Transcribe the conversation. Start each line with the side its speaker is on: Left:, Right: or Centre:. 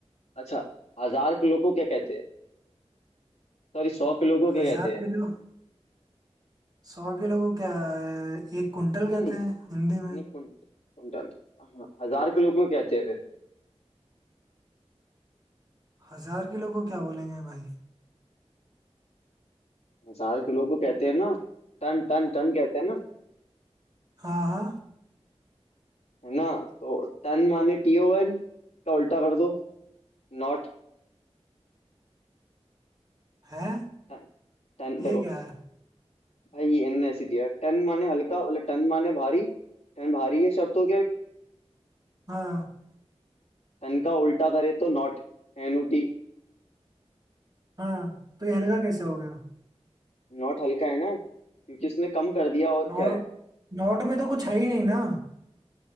Left: अच्छा हजार किलो को क्या कहते हैं सॉरी सौ किलो को
Right: हजार
Left: क्या कहते हैं
Right: किलो सौ किलो को क्या अ, एक कुंटल
Left: नहीं
Right: कहते
Left: नहीं
Right: हैं हिंदी में
Left: नहीं कुंट कुंटल नहीं। हाँ, हजार किलो को कहते हैं फिर
Right: हजार किलो को क्या बोलेंगे भाई
Left: हजार किलो को कहते हैं ना टन टन टन कहते हैं ना
Right: हाँ हाँ
Left: है ना तो टन माने टी ओवर इसका उल्टा कर दो नॉट
Right: है
Left: टन टन
Right: ये
Left: देखो
Right: क्या है
Left: भाई ये इनने ऐसी दिया टन माने हल्का मतलब टन माने भारी टन भारी है शब्द हो गया एक
Right: हाँ
Left: टन का उल्टा करे तो नॉट एन ओ टी
Right: हाँ तो ये हल्का कैसे हो गया
Left: नॉट हल्का है ना क्योंकि उसने कम कर दिया और क्या
Right: नॉर्थ
Left: है
Right: नॉर्थ में तो कुछ है ही नहीं ना